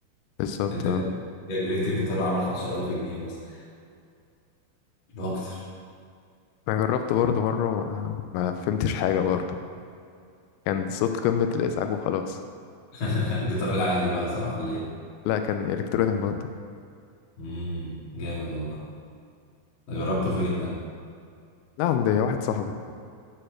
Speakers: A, on the left; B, on the left.
A: بالظبط
B: انت
A: اه.
B: جايب جايب الكتريك جيتار عامل 15000 جنيه مثلا لو اكتر
A: انا جربت برضو مرة آه، ما فهمتش حاجة برضو كان صوت قمة الإزعاج وخلاص
B: <laughs> الجيتار العادي بقى صح ولا ايه
A: لا كان إلكترونيك برضو
B: امم جامد والله ده جربته فين ده
A: لا عند واحد صاحبي